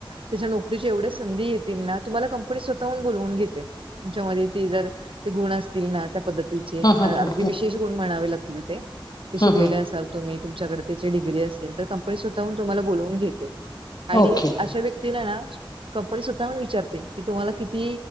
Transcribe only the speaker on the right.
त्याच्या नोकरीच्या एवढ्या संधी येत. तु कं स्वतः बून घेते तच्या गुण अस. पद्ती
अग
विशेष कोण म्हणावे लागतील त ते शिकलेले
असाल तुम्. तुमच्याडे त्याचीडग्री असल तर कंपनी स्वतःून तुम्हाला बलावून घेत. आणि
अशा व्यक्तीला ना. कपडे स्वतः म विचारते की तुम्हाला किती